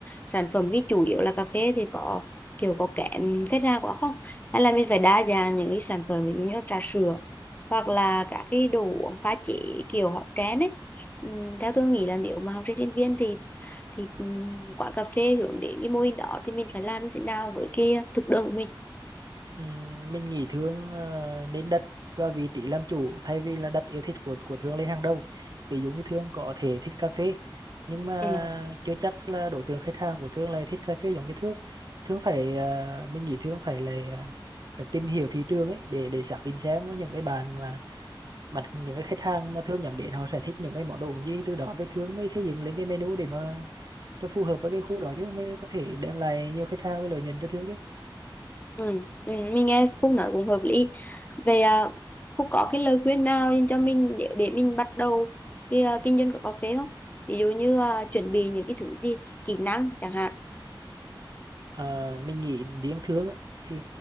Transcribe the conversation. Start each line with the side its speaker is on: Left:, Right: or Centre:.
Left: sản phẩm cái chủ yếu là cà phê thì có kiểu có kén khách hàng quá không hay là mình phải đa dạng những cái sản phẩm ví dụ như trà sữa hoặc là các cái đồ uống pha chế kiểu hot trend ấy Ừm, theo tôi nghĩ là nếu mà học sinh sinh viên thì thì ừm, quán cà phê hướng đến cái mô hình đó thì mình phải làm như thế nào với cái thực đơn của mình
Right: Ừm, mình nghĩ thương ờ, nên đặt vào vị trí làm chủ thay vì là đặt yêu thích của của thương lên hàng đầu ví dụ như thương có thể thích cà phê nhưng mà
Left: ừ.
Right: chưa chắc là đối tượng khách hàng của thương lại thích cà phê giống như thương thương phải ờ, mình nghĩ thương phải là phải tìm hiểu thị trường ấy để để xác định xem với những cái bạn mà Bạn những cái khách hàng mà thương nhắm đến họ sẽ thích những cái món đồ gì từ đó rồi thương mới xây dựng lên cái menu để
Left: Ừ.
Right: mà cho phù hợp với cái khu đó chứ mới có thể đem lại nhiều khách hàng với lợi nhuận cho thương chứ.
Left: Ừ, ừ, mình nghe Phúc nói cũng hợp lý. Về à, Phúc có cái lời khuyên nào dành cho mình để, để mình bắt đầu cái à, kinh doanh của cà phê không? Ví dụ như à, chuẩn bị những cái thứ gì, kỹ năng chẳng hạn.
Right: À, mình nghĩ riêng thương ấy, thì